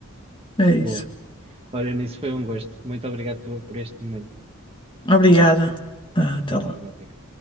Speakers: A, on the left (about 20°); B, on the right (about 25°).
A: É
B: boa.
A: isso.
B: Olha, nisso foi um gosto. Muito obrigado por, por este momento.
A: Obrigada. Ah,
B: Até
A: Até
B: logo,
A: logo.
B: obrigado.